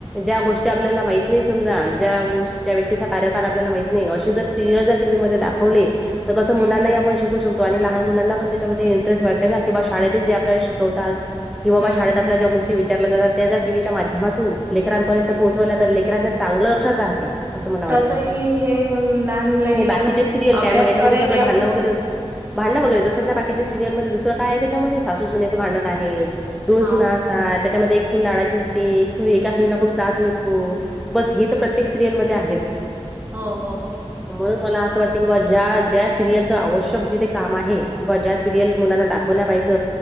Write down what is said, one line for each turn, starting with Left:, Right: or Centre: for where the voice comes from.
Centre: ज्या गोष्टी आपल्याला माहित नाही समजा ज्या गोष्ट ज्या व्यक्तीचा कार्यकार आपल्याला माहीत नाही अशीच सिरियल जर टीव्ही मध्ये दाखवले तर कसं
Right: हम्म
Centre: मुलांनाही आपण शिकू शकतो आणि लहान मुलांना पण त्या इंटरेस्ट वाटे किं शळेत जे आप शिकवतात किं
Right: हम्म
Centre: शाेत गोष्टी विचारल्या जात त्या जर टीव्च्या माध्यमातून लेकरांपर्यंत पोहोचवल्या
Right: हम्म
Centre: तर लेकरांच्या चांगलं लक्षात राहते असं मला वाटते
Right: तसही हे लहान मुलाले
Centre: हे बाकीचे
Right: असं
Centre: सिरियल काय
Right: अभ्यास
Centre: मग याच्यामध्ये
Right: करायले
Centre: सगळं
Right: आपण
Centre: भांडणं वगैरे भांडणं वगरे जंध बाकीच्या सिरियलमध्ये दुसर काय आहे त्याच्यामध्ये सासू सुन्याचें भांडण आहेस दोन
Right: हा
Centre: सुना असतात त्याच्यामध्ये एक सुून लाडाची असते एक सून एका सुनीला
Right: हम्म
Centre: खूप त्रास मिळतो हो बस हे तर प्रत्येक सिरियलमध्येध्ये आहेच
Right: हो हो हो
Centre: म्हणून मला असं वाटतं की बाबा ज्या ज्या सिरियलचं आवश्यक तिथे काम आहे किं ज्या सिरियल मुलां दाखव पाहिज